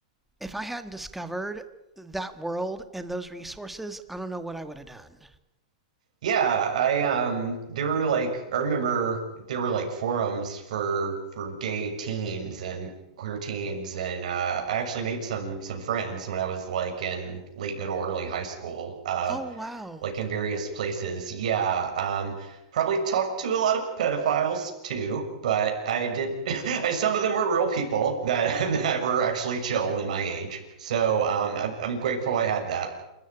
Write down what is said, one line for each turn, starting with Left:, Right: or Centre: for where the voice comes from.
Centre: if I hadn't discovered that world and those resources, I don't know what I would have done.
Right: Yeah, I um there were like I remember there were like forums for for gay teens and queer teens and uh I actually made some some friends when I was like in late middle early high school. Uh
Centre: Oh, wow.
Right: like in various places. Yeah, um, probably talked to a lot of pedophiles too, but I did. <laughs> some of them were real people that <laughs> that were actually chill in my age. So um, I'm, I'm grateful I had that.